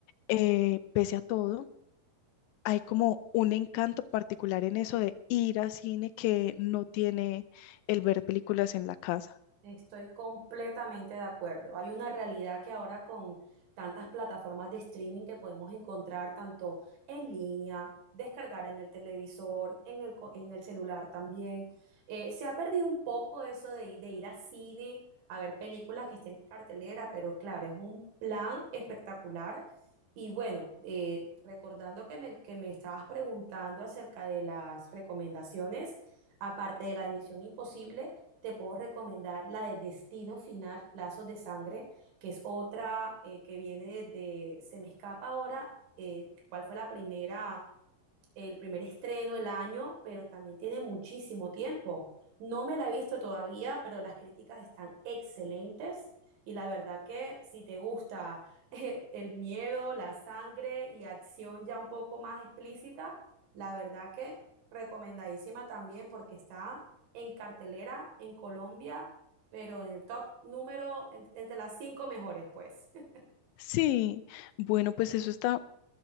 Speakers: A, on the left; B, on the right.
A: eh, pese a todo. Hay como un encanto particular en eso de ir al cine que no tiene el ver películas en la casa.
B: Estoy completamente de acuerdo. Hay una realidad que ahora con tantas plataformas de streaming que podemos encontrar tanto en línea, descargar en el televisor, en el, co- en el celular también, eh, se ha perdido un poco eso de, ir- de ir a cine a ver películas que estén en cartelera, pero claro, es un plan espectacular. Y bueno, eh, recordando que me, que me estabas preguntando acerca de las recomendaciones, aparte de la de Misión Imposible. Te puedo recomendar la de Destino Final, Lazos de Sangre, que es otra eh, que viene de, de- se me escapa ahora, eh, cuál fue la primera el primer estreno del año, pero también tiene muchísimo tiempo. No me la he visto todavía, pero las críticas están excelentes y la verdad que si te gusta <laughs> eh, el miedo, la sangre y acción ya un poco más explícita, la verdad que recomendadísima también porque está en cartelera en Colombia, pero en el top número en- entre las cinco mejores, pues. <laughs>
A: Sí, bueno, pues eso está